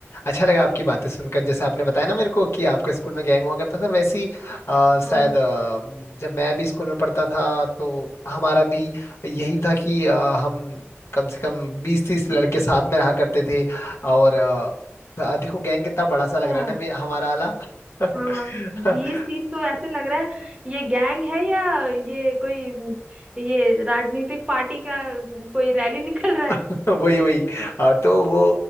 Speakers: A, on the left; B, on the right.
A: अच्छा लगा आपकी बातें सुनकर जैसे आपने बताया ना मेरे को कि आपका स्कूल में गैंग हुआ करता था वैसे ही अ, शायद
B: हाँ
A: अ, जब मैं भी स्कूल में पढ़ता था तो हमारा भी यही था कि अ, हम कम से कम बीस तीस
B: हाँ
A: लड़के साथ में रहा करते थे और अ, देखो गैंग कितना बड़ा सा लग
B: हाँ।
A: रहा है ना मे- हमारा वाला
B: हाँ
A: <laughs>
B: बीस तीस तो ऐसे लग रहा है ये गैंग है या ये कोई ये राजनीतिक पार्टी का कोई रैली <laughs> निकल रहा है
A: <laughs> वही वही आ, तो वो